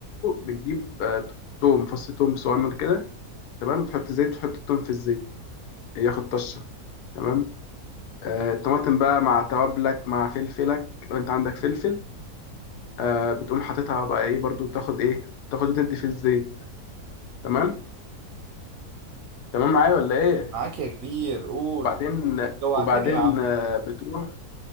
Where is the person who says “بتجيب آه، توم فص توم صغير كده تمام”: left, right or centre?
Left